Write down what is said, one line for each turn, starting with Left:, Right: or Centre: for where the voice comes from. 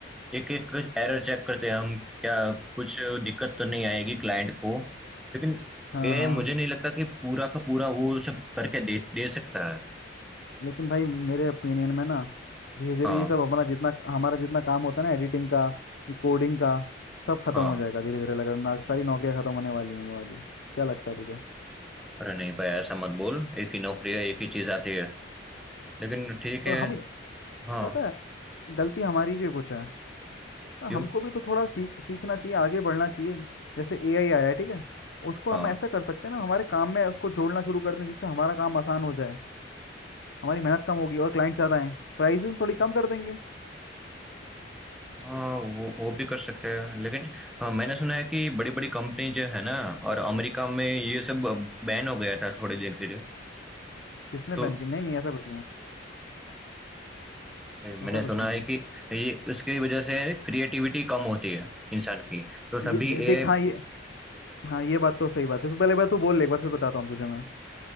Centre: एक एक एरर चेक करते हैं हम क्या कुछ दिक्कत तो नहीं आएगी क्लाइंट को लेकिन
Left: हाँ
Centre: ये
Left: हाँ
Centre: मुझे नहीं लगता कि पूरा का पूरा वो सब करके दे दे सकता है
Left: लेकिन भाई मेरे ओपिनियन में ना धीरे धीरे
Centre: हाँ
Left: ये सब अपना जितना हमारा जितना काम होता है ना एडिटिंग का ये कोडिंग का सब खत्म
Centre: हाँ
Left: हो जाएगा धीरे धीरे लग रहा है ना सारी नौकरियां खत्म होने वाली हैं ये वाली क्या लगता है तुझे
Centre: अरे नहीं भाई ऐसा मत बोल एक ही नौकरी है एक ही चीज आती है लेकिन ठीक
Left: तो
Centre: है
Left: हम ये-
Centre: हाँ
Left: पता है गलती हमारी भी कुछ है हाँ,
Centre: क्यों
Left: हमको भी तो थोड़ा सीख सीखना चाहिए आगे बढ़ना चाहिए जैसे एआई आया है ठीक है उसको
Centre: हाँ
Left: हम ऐसा कर सकते हैं ना हमारे काम में उसको जोड़ना शुरू कर दें जिससे हमारा काम आसान हो जाए हमारी मेहनत कम होगी और क्लाइंट ज्यादा हैं प्राइसेस थोड़ी कम कर देंगे
Centre: हाँ वो वो भी कर सकते हैं लेकिन हाँ, मैंने सुना है कि बड़ी बड़ी कंपनी जो है ना और अमेरिका में ये सब बैन हो गया था थोड़ी देर के लिए
Left: किसने
Centre: तो
Left: बैन की नहीं नहीं ऐसा कुछ नहीं है
Centre: अरे, मैंने
Left: ऐसा कुछ
Centre: सुना
Left: नहीं
Centre: है
Left: है
Centre: कि ये उसकी वजह से क्रिएटिविटी कम होती है इंसान की तो सभी
Left: ये दे, देख
Centre: एआई
Left: हाँ ये हाँ ये बात तो सही बात है तो पहले बात तू बोल ले एक बार फिर बताता हूँ तुझे मैं